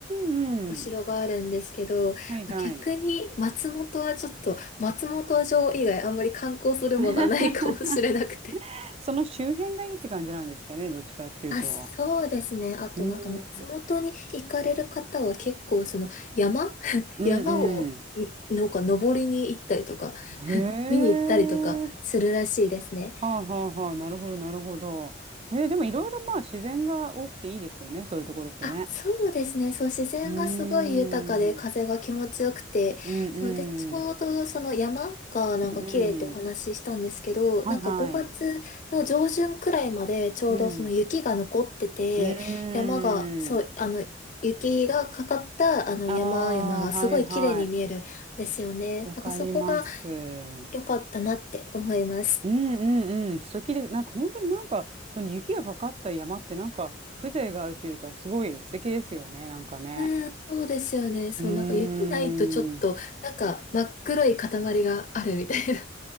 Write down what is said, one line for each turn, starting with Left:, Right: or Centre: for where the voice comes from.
Right: うんうん。
Left: お城があるんですけど、
Right: はいはい。
Left: 逆に松本はちょっと、松本城以外あんまり観光するものはないかもしれなくて。
Right: <laughs> その周辺がいいって感じなんですかね。どっちかっていうと。
Left: あ、そうですね。あとなんか松本に行かれる方は結構その山
Right: うん。
Left: <laughs>
Right: うんう
Left: 山をんなんか登りに行ったりとか、
Right: ん。へえ。
Left: 見に行ったりとかするらしいですね。
Right: はあはあはあ、なるほど、なるほど。へえ、でもいろいろまあ自然が多くていいですよね、そういうところってね。
Left: あ、そうですね。そう、自然がすごい豊かで風が気持ちよくて、
Right: うーん、うん
Left: そうで、ちょうどその山がなんか綺麗ってお話ししたんですけど、
Right: うん、うんうん。はいはい。
Left: なんか5月の上旬くらいまでちょうどその雪が残ってて、
Right: うん、うーん。
Left: 山が、そう、あの、雪がかかったあの山々がすごい綺麗に見えるんですよね。
Right: ああ、はいはい。わかります。
Left: だからそこが
Right: うん
Left: 良かったなって思います。
Right: うんうん。素敵です。なんか本当になんか、その雪がかかった山ってなんか風情があるというか、すごい素敵ですよね、なんかね。
Left: うん、そうですよね。そう、
Right: うーん。
Left: なんか雪ないとちょっと、なんか真っ黒い塊があるみたいな